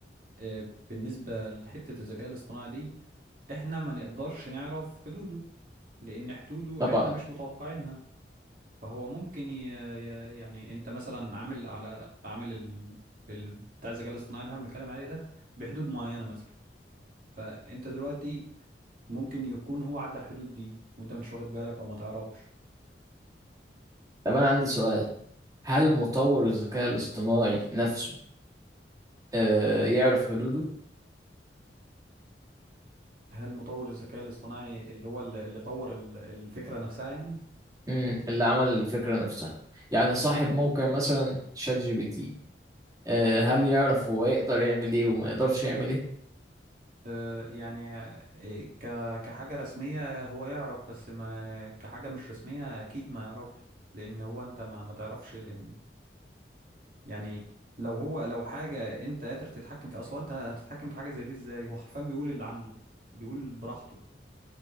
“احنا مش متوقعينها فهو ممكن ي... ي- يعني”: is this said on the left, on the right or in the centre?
Right